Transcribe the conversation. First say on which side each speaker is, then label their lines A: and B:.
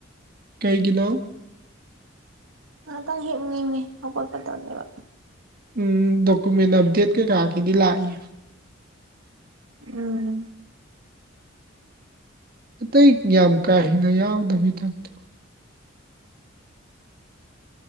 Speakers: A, on the right; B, on the right.
A: ꯀꯩꯒꯤꯅꯣ
B: ꯉꯥꯛꯇꯪ ꯍꯤꯞꯅꯤꯡꯉ‌ꯦ ꯍꯧꯒꯠꯄ ꯇꯜꯂ‌ꯦꯕ
A: ꯎꯝ ꯗꯣꯀꯨꯃꯦꯟ ꯑꯞꯗꯦꯠ ꯀꯩꯀꯥꯒꯤꯗꯤ ꯂꯥꯛꯏ
B: ꯎꯝ
A: ꯑꯇꯩ ꯌꯥꯝ ꯀꯥ ꯍꯦꯟꯅ ꯌꯥꯎꯗꯕꯩ ꯇꯥꯏꯞꯇ